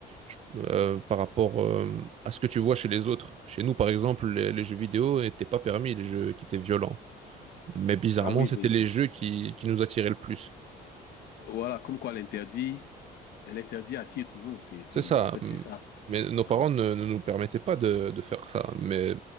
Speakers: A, on the right; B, on the left.
A: je- euh, par rapport euh, à ce que tu vois chez les autres. Chez nous, par exemple, les, les jeux vidéo n'étaient pas permis, les jeux qui étaient violents. Mais bizarrement,
B: Ah oui,
A: c'était
B: oui,
A: les
B: bien sûr.
A: jeux qui, qui nous attiraient le plus.
B: Voilà, comme quoi l'interdit, l'interdit attire toujours. C'est, c'est,
A: C'est ça.
B: en fait, c'est ça.
A: Mais nos parents
B: Uhum.
A: ne, ne nous permettaient pas de, de faire ça. Mais